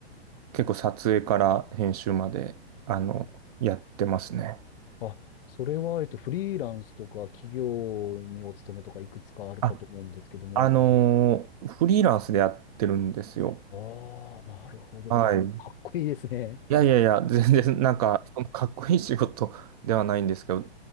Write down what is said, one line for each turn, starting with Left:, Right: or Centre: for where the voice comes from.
Right: 結構撮影から編集まで、あの、やってますね。
Left: あ、それは、えっと、フリーランスとか企業にお勤めとかいくつかあるかと思うんですけども。
Right: あ、あの、フリーランスでやってるんですよ。
Left: ああ、なるほど。
Right: はい。
Left: か、かっこいいですね。
Right: いやいやいや、全然 <laughs> なんか、そのかっこいい仕事ではないんですけど、